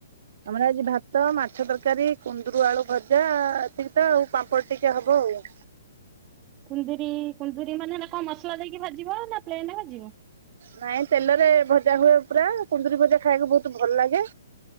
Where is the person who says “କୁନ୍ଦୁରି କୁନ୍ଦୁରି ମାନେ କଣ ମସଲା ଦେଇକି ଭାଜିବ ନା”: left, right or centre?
Right